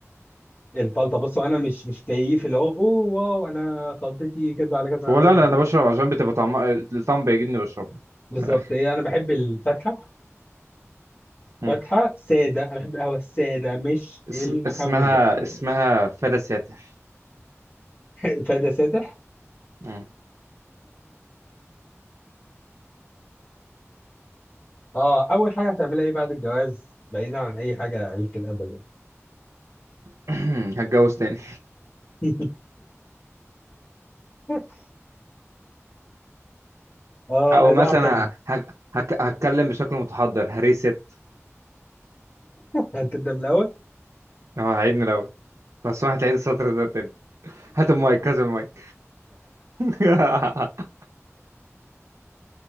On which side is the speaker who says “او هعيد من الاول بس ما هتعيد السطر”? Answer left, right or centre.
Right